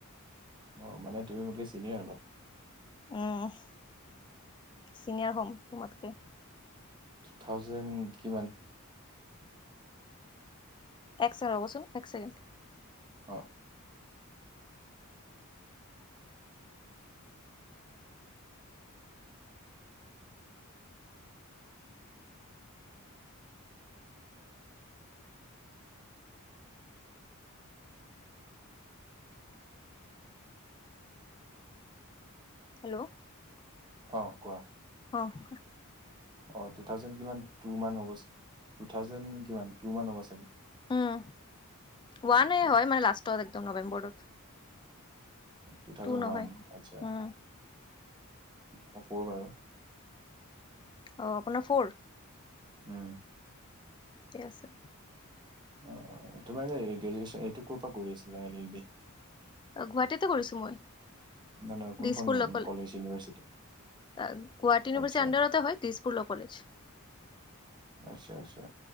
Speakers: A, on the right; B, on the left.
A: অ, মানে তুমি মোতকে চিনিয়ৰ অলপ
B: উম, চিনিয়াৰ হ'ম তোমাতকে।
A: টু থাউজেণ্ড কিমান?
B: এক চেকেণ্ড ৰব চোন একচেকেণ্ড।
A: অ।
B: হেল্ল'।
A: অহ কোৱা।
B: অঁহ।
A: অ, টু থাউজেন কিমান টু মান হ'ব চাগে- টু থাউজেন কিমান টু মান হ'ব চাগে।
B: উম, হোৱা
A: আচ্ছা
B: নাই, এ হয়
A: আচ্ছা।
B: মানে লাষ্টত একদম নৱেম্বৰত।
A: টু থাউজেণ্ড
B: তু নহয়,
A: ওৱান আচ্ছা
B: উম।
A: মই ফ'ৰ বাৰু
B: অ আপোনাৰ ফৰ।
A: উম।
B: ঠিকে আছে
A: অ তোমাৰ এ গ্ৰেজুৱেচন এইটো ক'ৰ পৰা কৰি আছিলা এল, এল বি?
B: অ, গুৱাহাটীতে কৰিছো মই।
A: নাই -নাই কোনখন
B: Dispur law
A: college university?
B: Guwahati ইউনিভাৰ্চিটোৰ
A: আচ্ছা,
B: আণ্ডাৰতে হয়, দিছপুৰ ল কলেজ।
A: আচ্ছা, আচছা